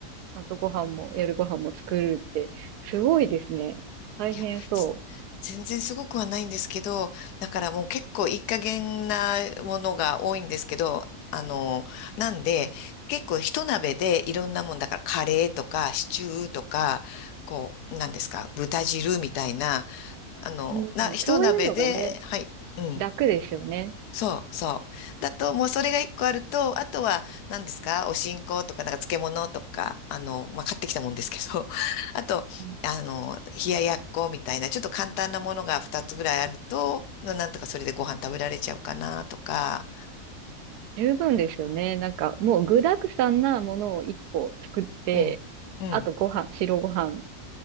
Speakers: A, on the right (about 85°); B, on the left (about 85°).
A: ゃんとご飯も、夜ご飯も作るって、すごいですね。大変そう。
B: いや、つ全然すごくはないんですけど、だからもう結構いい加減なものが多いんですけど、あの、なんで、結構一鍋でいろんなもんだからカレーとかシチューとか、こう、なんですか、豚汁みたいな、あの、
A: うん、
B: な、一鍋で、
A: そういうのがね、
B: はい、うん。
A: 楽ですよね。
B: そう、そう。だと、もうそれが一個あると、あとは、何ですかお新香とか、なんか漬物とか、あの、まあ、買ってきたもんですけど、<laughs> あと、
A: うん
B: あの、冷ややっこみたいな、ちょっと簡単なものが二つぐらいあると、ななんとかそれでご飯食べられちゃうかなとか、
A: 十分ですよね。なんか、もう具沢山なものを一個作って、
B: うん、うん、
A: あとご飯、白ご飯